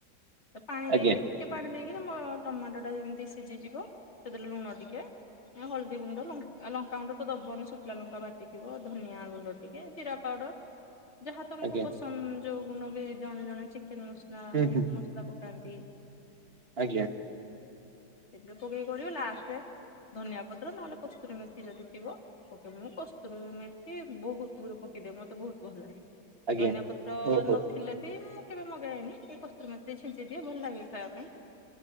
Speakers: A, on the left; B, on the right.
A: ପାଣି
B: ଆଜ୍ଞା
A: ଦେଇକି ଟି ଟିକେ ପାଣି ଦେଇକି ତମ ଟମାଟୋ ଟା ଯେମିତି ସିଜିଯିବ ସେଥିରେ ଲୁଣ ଟିକିଏ ଏ ହଳଦୀ ଗୁଣ୍ଡ, ଲଙ୍କା-ଲଙ୍କାଗୁଣ୍ଡ ତ ଦବନି ଶୁଖିଲା ଲଙ୍କା ବାଟିଥିବ ଧନିଆ ଗୁଣ୍ଡ ଟିକେ ଜିରା ପାଉଡର୍ ଯାହା ତମକୁ
B: ଆଜ୍ଞା
A: ପସନ୍ଦ୍ ଯଉ ଗୁଣ୍ଡ ବି ଜଣେ ଜଣେ ଚିକେନ୍ ମସଲା,
B: ହୁଁ
A: ମିଟ୍
B: ହୁଁ
A: ମସଲା ପକାନ୍ତି।
B: ଆଜ୍ଞା।
A: ସେଥିରେ ପକେଇ କରିବ ଲାଷ୍ଟେ ଧନିଆ ପତ୍ର ନହେଲେ କସ୍ତୁରୀ ମେଥି ଯଦି ଥିବ ପକେଇଦେବେ ମୁଁ କସ୍ତୁରୀ ମେଥି ବହୁତ୍ ଗୁରେ ପକେଇଦିଏ ମତେ ବହୁତ୍ ଭଲ ଲାଗେ।
B: ଆଜ୍ଞା।
A: ଧନିଆ ପତ୍ର ନ
B: ଓହୋ
A: ଥିଲେ ବି ମୁଁ କେବେ ମଗାଏନି ସେ କସ୍ତୁରୀ ମେଥି ଛିଞ୍ଚି ଦିଏ ଭଲ ଲାଗେ ଖାଇବା ପାଇଁ।